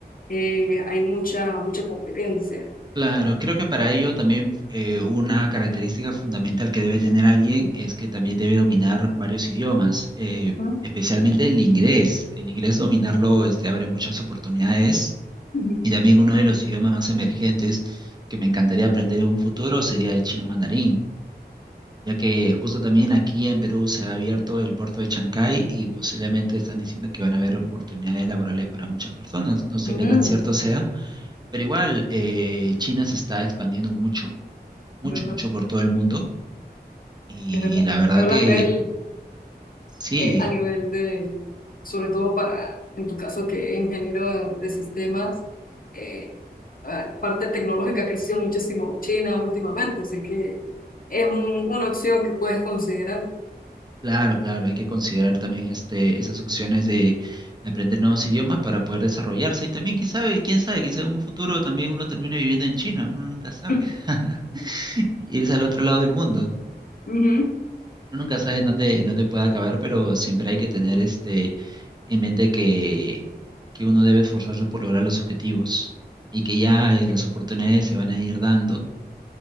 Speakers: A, on the left (about 55°); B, on the right (about 25°).
A: eh, hay mucha, mucha competencia.
B: claro. Creo que para ello también eh, una característica fundamental que debe tener alguien es que también debe dominar varios idiomas, eh,
A: Ujú,
B: especialmente el inglés. El inglés dominarlo este, abre muchas oportunidades
A: ujú,
B: Y también uno de los idiomas más emergentes que me encantaría aprender en un futuro sería el chino mandarín, ya que justo también aquí en Perú se ha abierto el puerto de Chancay y posiblemente están diciendo que van a haber oportunidades laborales para muchas personas. No sé
A: ujú,
B: qué tan cierto sea, pero igual eh, China se está expandiendo mucho, mucho,
A: ¿verdad?
B: mucho por todo el mundo y
A: Es verdad.
B: la verdad
A: Es verdad
B: que
A: a nivel,
B: sí.
A: eh, a nivel de, sobre todo para, en tu caso, que es ingeniero de, de sistemas, eh, la parte tecnológica ha crecido muchísimo China últimamente, así que es un- una opción que puedes considerar.
B: Claro, claro, hay que considerar también este, esas opciones de, de aprender nuevos idiomas para poder desarrollarse. Y también, quién sabe, quién sabe, quizá en un futuro también uno termine viviendo en China, uno nunca sabe.
A: <laughs>
B: <laughs> Irse al otro lado del mundo.
A: Ujú,
B: Uno nunca sabe en dónde, en dónde puede acabar, pero siempre hay que tener este en mente que, que uno debe esforzarse por lograr los objetivos y que ya eh, las oportunidades se van a ir dando